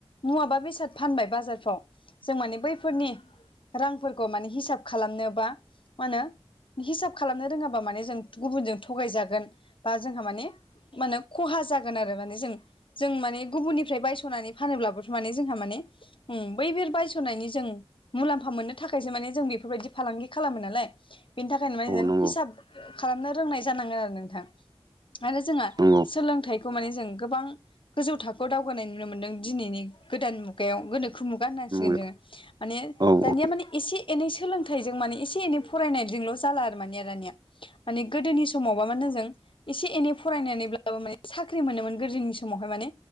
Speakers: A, on the left; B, on the right.
A: माबा बेसाद फानबाय बाजारफ्राव जों माने बैफोरनि रांफोरखौ माने हिसाब खालामनो बा मा होनो हिसाब खालामनो रोङाबा माने जों गुबुनजों थगायजागोन। बा जोंहा माने म होने खहा जागोन आरो माने जों जों माने गुबुननिफ्राय बायस'नानै फानोब्लाबोथ' माने जोंहा माने उम बै बिर बायस'नायनि जों मुलाम्फा मोननो थाखायसो माने जों बेफोरबायदि फालांगि खालामो नालाय बेनि थाखायनो माने
B: नंगौ
A: हिसाब खालामनो रोंनाय जानांगोन आरो नोंथां। आरो जोंहा
B: नंगौ
A: सोलोंथाइखौ माने जों गोबां गोजौ थाखोआव दावगानाय नुनो मोन्दों। दिनैनि गोदान मुगायाव गोनोखो मुगा होननांसिगोन
B: नंगौ
A: जोङो माने
B: औ औ
A: दानिया
B: औ
A: माने एसे एनै सोलोंथाइजों माने एसे एनै फरायनायजोंल' जाला आरो माने दानिया माने गोदोनि समावबा मा होनो जों एसे एनै फरायनानैब्लाबो माने साख्रि मोनोमोन गोदोनि समावहाय माने